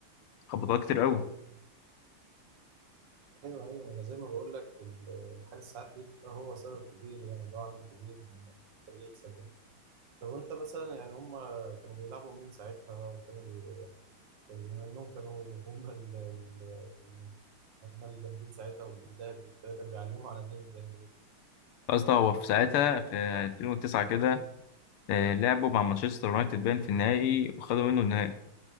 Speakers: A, on the left; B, on the right.
A: خبطات كتير قوي
B: ايوه ايوه انا زي ما بقول لك ال- الحارس ساعات بيبقى هو سبب كبير يعني اللي هو عامل كبير ان الفريق يكسب يعني طب وانت مثلا يعني هم كانوا بيلعبوا مين ساعتها وكانوا بي... يعني كان زي ما انهم كانوا هم ال... ال... ال... هم اللي جامدين ساعتها والجيل ده كانوا بيعلموا على مين زي ما بيقولوا
A: اصلا هو في ساعتها في 2009 كده آه، لعبوا مع مانشستر يونايتد باين في النهائي وخدوا منه النهائي